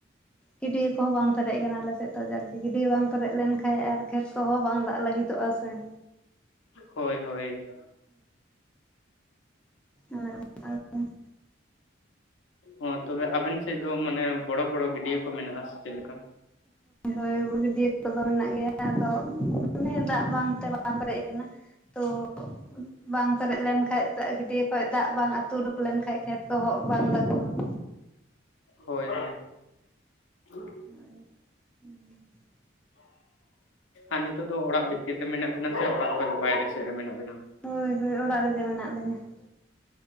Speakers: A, in the centre; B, on the left.
A: ᱜᱤᱰᱭᱟᱹᱠᱚᱦᱚᱸ ᱵᱟᱝ ᱯᱮᱨᱮᱡ ᱠᱟᱱᱟ ᱟᱞᱮᱮᱥᱮᱫ ᱫᱚ ᱡᱟᱠᱜᱮ, ᱜᱤᱰᱭᱟᱹ ᱵᱟᱝ ᱯᱮᱨᱮᱡ ᱞᱮᱱᱼᱼ ᱠᱷᱟᱡ ᱟᱨ ᱠᱷᱮᱛ ᱠᱚᱦᱚᱸ ᱵᱟᱝ ᱫᱟᱜ ᱞᱟᱹᱜᱤᱫᱚᱜᱼᱟ ᱥᱮ ᱾
B: ᱦᱳᱭ ᱦᱳᱭ᱾
A: ᱚᱱᱮ
B: ᱚ ᱛᱚᱵᱮ ᱟᱵᱮᱱ ᱥᱮᱫ ᱢᱟᱱᱮ ᱵᱚᱲᱚ ᱵᱚᱲᱚ ᱜᱤᱰᱭᱟᱹ ᱠᱚ ᱢᱮᱱᱟᱜᱼᱟ ᱥᱮ ᱪᱮᱫ ᱞᱮᱠᱟ?
A: ᱦᱳᱭ ᱦᱳᱭ ᱜᱟᱹᱰᱭᱟᱹ ᱠᱚᱫᱚ ᱢᱮᱱᱟᱜ ᱜᱮᱭᱟ ᱟᱫᱚᱻᱻ ᱢᱟᱱᱮ ᱫᱟᱜ ᱵᱟᱝᱛᱮ ᱵᱟᱝ ᱯᱮᱨᱮᱡ ᱟᱠᱟᱱᱟ ᱾ ᱛᱚᱻ ᱵᱟᱝ ᱯᱮᱨᱮᱡ ᱞᱮᱱᱠᱷᱟᱱᱡ ᱫᱟᱜ ᱜᱟᱹᱰᱭᱟᱹ ᱠᱷᱚᱱ ᱫᱟᱜ ᱵᱟᱝᱼᱼ ᱛᱩ ᱩᱵᱩᱠ ᱞᱮᱱᱠᱷᱟᱱ ᱠᱷᱮᱛ ᱠᱚᱦᱚ ᱵᱟᱝ ᱫᱟᱚᱜᱼᱟ ᱾
B: ᱦᱳᱭ ᱦᱳᱭ᱾ <unintelligible>
A: ᱦᱳᱭ ᱦᱩᱸ
B: ᱟᱨ ᱱᱤᱛᱳᱜ ᱫᱚ ᱚᱲᱟᱜ ᱵᱷᱤᱛᱤᱨ ᱨᱮ ᱢᱮᱱᱟᱜ ᱵᱤᱱᱟ ᱥᱮ ᱚᱲᱟᱜ ᱵᱟᱭᱨᱮ ᱥᱮᱫ ᱨᱮ ᱢᱮᱱᱟᱜ ᱵᱤᱱᱟ?
A: ᱦᱳᱭ ᱦᱳᱭ ᱚᱲᱟᱜ ᱨᱮᱜᱮ ᱢᱮᱱᱟᱜ ᱞᱤᱧᱟᱹ ᱾